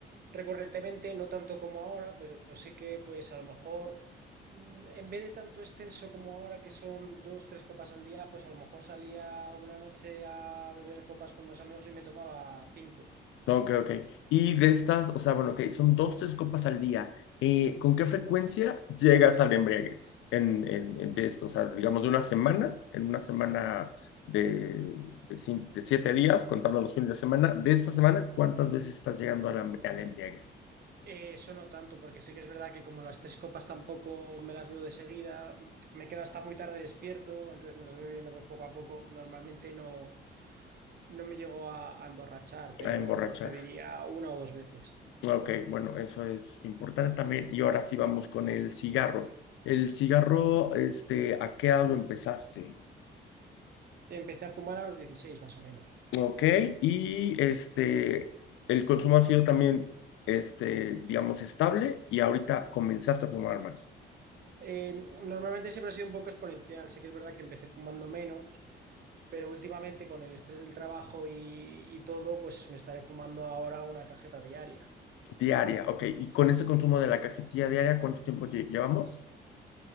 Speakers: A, on the right; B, on the left.
A: recurrentemente, no tanto como ahora, pues sí que pues a lo mejor mm, en vez de tanto extenso como ahora, que son dos, tres copas al día, pues a lo mejor salía una noche a beber copas con unos amigos y me tomaba cinco.
B: Ok, ok. Y de estas, o sea, bueno, ok, son dos, tres copas al día. Eh, ¿con qué frecuencia llegas al embriaguez en, en, en de esto? O sea, digamos de una semana, en una semana de, de, cin- de siete días, contando los fines de semana, de esta semana, ¿cuántas veces estás llegando al, am- al embriaguez,
A: Eh, eso no tanto, porque sí que es verdad que como las tres copas tampoco me las veo de seguida, mm, me quedo hasta muy tarde despierto, entonces me las voy bebiendo pues poco a poco. Normalmente no, no me llego a, a emborrachar, pero
B: a emborrachar?
A: te diría una o dos veces.
B: Ok, bueno, eso es importante también. Y ahora sí vamos con el cigarro. El cigarro, este, ¿a qué edad lo empezaste?
A: Empecé a fumar a los 16 más o menos.
B: Ok, y este, el consumo ha sido también, este, digamos, estable y ahorita comenzaste a fumar más,
A: Eh, normalmente siempre ha sido un poco exponencial. Sí que es verdad que empecé fumando menos, pero últimamente con el estrés del trabajo y, y todo, pues me estaré fumando ahora una cajeta diaria.
B: diaria, ok, y con ese consumo de la cajetilla diaria, ¿cuánto tiempo lle- llevamos?